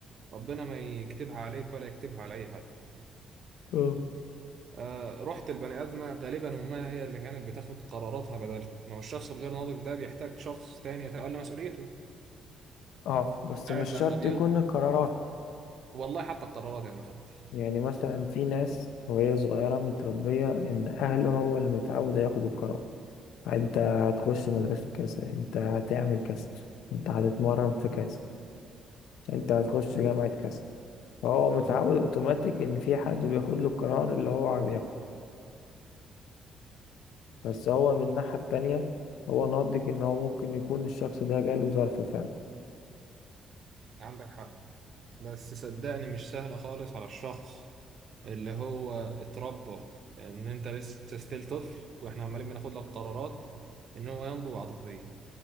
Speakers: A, on the right (about 55°); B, on the left (about 85°).
A: ربنا ما يكتبها عليك ولا يكتبها على اي حد
B: اه
A: آه رحت البني ادمه غالبا امها هي اللي كانت بتاخد قراراتها بدلها ما هو الشخص الغير ناضج ده بيحتاج شخص تاني يتولى مسؤوليته
B: اه بس
A: ساعة
B: مش شرط
A: لما بيغ
B: يكون القرارات
A: والله حتى القرارات يا ابن خالتي
B: يعني مثلا في ناس وهي صغيرة متربية ان اهله هو اللي متعود ياخد القرار انت هتخش مدرسة كذا انت هتعمل كذا انت هتتمرن في كذا انت هتخش جامعة كذا فهو متعود
A: عندك
B: اوتوماتيك ان في حد بياخد له القرار اللي هو بياخده بس هو من الناحية التانية هو نضج ان هو ممكن يكون الشخص ده جاله ظرف فعلا
A: عندك حق بس صدقني مش سهله خالص على الشخص اللي هو اتربى ان انت لسه ستيل طفل واحنا عمالين بناخد لك قرارات ان هو ينضج عاطفيا